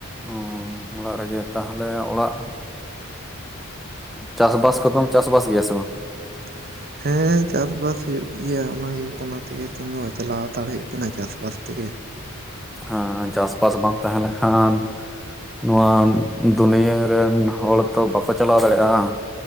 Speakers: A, in the centre; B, on the right.
A: ᱚ ᱚᱲᱟᱜ ᱨᱮᱜᱮ ᱛᱟᱦᱚᱞᱮ ᱚᱲᱟᱜ ᱪᱟᱥ ᱵᱟᱥ ᱠᱚᱫᱚᱢ ᱪᱟᱥ ᱵᱟᱥ ᱜᱮᱭᱟ ᱥᱮ ᱵᱟᱝ
B: <inaudible> ᱦᱮᱸᱻ, ᱪᱟᱥ ᱵᱟᱥ ᱦᱩᱭᱩᱜ ᱜᱮᱭᱟ, ᱚᱱᱟᱜᱮ ᱚᱱᱟ ᱛᱮᱜᱮ, ᱱᱤᱛᱚᱝ ᱫᱚ, ᱪᱟᱞᱟᱣ ᱦᱟᱛᱟᱲ ᱦᱩᱭᱩᱜ ᱠᱟᱱᱟ, ᱪᱟᱥ ᱵᱟᱥ ᱛᱮᱜᱮ ᱾
A: ᱦᱮᱸ, ᱪᱟᱥ ᱵᱟᱥ ᱵᱟᱝ ᱛᱟᱦᱮᱸ ᱞᱮᱠᱷᱟᱱ ᱱᱚᱣᱟ ᱫᱩᱱᱭᱟᱹ ᱨᱮᱱ ᱦᱚᱲ ᱛᱚ, ᱵᱟᱠᱚ ᱪᱟᱞᱟᱣ ᱫᱟᱲᱮᱭᱟᱜᱼᱟ ᱾